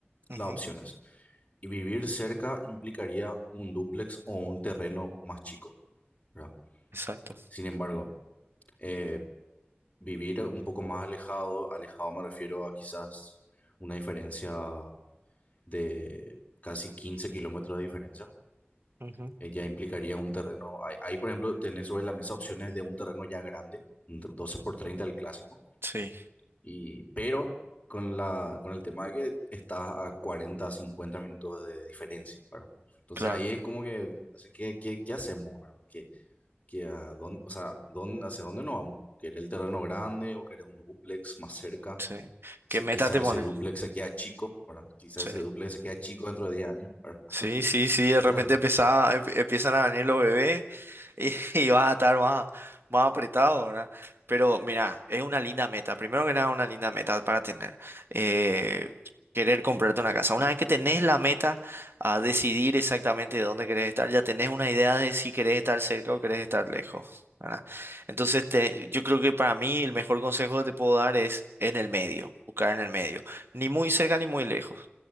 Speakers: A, on the right; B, on the left.
A: Ujú,
B: las opciones. Y vivir cerca implicaría un dúplex o un terreno más chico, ¿verdad?
A: Exacto.
B: Sin embargo, eh, vivir un poco más alejado, alejado me refiero a quizás una diferencia de casi 15 kilómetros de diferencia,
A: Ujú,
B: eh, ya implicaría un terreno, ahí, ahí, por ejemplo tenés sobre la mesa opciones de un terreno ya grande, un ter- 12 por 30 el clásico,
A: Sí,
B: y, pero con la, con el tema de que estás a 40 50 minutos de diferencia, ¿verdad? Entonces
A: claro,
B: ahí es como que, así que, ¿qué, qué hacemos? ¿verdad? ¿Qué, que a dónde, o sea, dónde, hacia dónde nos vamos. ¿Querer el terreno grande o querer un dúplex más cerca?
A: sí.
B: Sí,
A: ¿Qué meta
B: quizá
A: te pones?
B: ese dúplex se queda chico, ¿verdad? Quizá
A: Sí.
B: ese dúplex se queda chico dentro de 10 años, ¿verdad?
A: Sí, sí, sí,
B: <laughs>
A: de
B: Cosas
A: repente
B: así.
A: empieza- em- empiezan a venir los bebés y, <laughs> y vas a estar más, más apretado, ¿verdad? Pero mira, es una linda meta. Primero que nada, una linda meta para tener. eh, querer comprarte una casa. Una vez que tenés la meta a decidir exactamente de dónde querés estar, ya tenés una idea de si querés estar cerca o querés estar lejos, ¿verdad? Entonces, te- yo creo que para mí el mejor consejo que te puedo dar es en el medio, buscar en el medio. Ni muy cerca ni muy lejos.